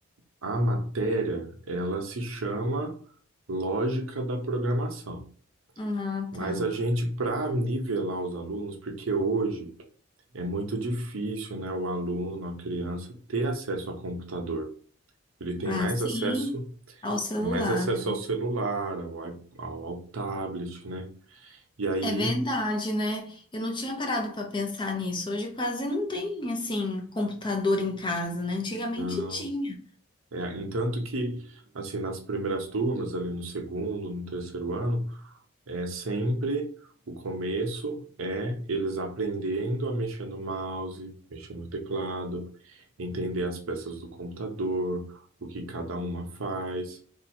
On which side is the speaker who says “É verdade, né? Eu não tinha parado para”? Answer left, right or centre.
Left